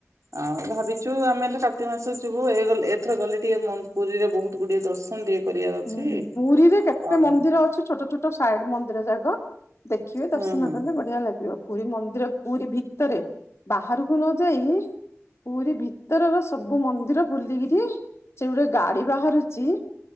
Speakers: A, on the right; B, on the left.
A: ଆଉ ଭାବିଛୁ ଆମେ ହେଲେ କାର୍ତ୍ତିକ ମାସ ଯିବୁ। ଏ ଗଲ ଏଥର ଗଲେ ଟିକେ ମନ୍ ପୁରୀରେ ବହୁତ ଗୁଡିଏ ଦର୍ଶନ ଟିକେ କରିବାର ଅଛି।
B: ଉଁ, ହୁଁ, ପୁରୀରେ କେତେ
A: ଆଉ
B: ମନ୍ଦିର ଅଛି ଛୋଟ ଛୋଟ ସାଇଡ୍ ମନ୍ଦିର ଯାକ। ଦେଖିବେ
A: ହୁଁ
B: ଦର୍ଶନ
A: ହୁଁ
B: କଲେ ବଢିଆ ଲାଗିବ। ପୁରୀ ମନ୍ଦିର ପୁରୀ ଭିତରେ ବାହାରକୁ ନ ଯାଇ ପୁରୀ ଭିତର ର ସବୁ ମନ୍ଦିର ବୁଲିକିରି ସେ ଗୁଟେ ଗାଡି ବାହାରୁଚି।